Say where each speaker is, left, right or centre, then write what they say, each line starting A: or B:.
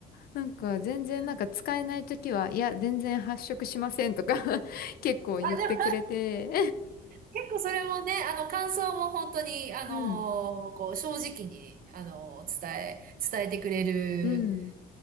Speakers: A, on the left; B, on the right.
A: なんか全然なんか使えないときは、
B: ねえ。
A: いや、全然発色しませんとか <laughs> 結構言ってくれて
B: あ、でも結構それもね、あの、感想も本当に、あのーこう、
A: <laughs> うん、
B: 正直に、あのー伝え、伝えてくれる、
A: うん、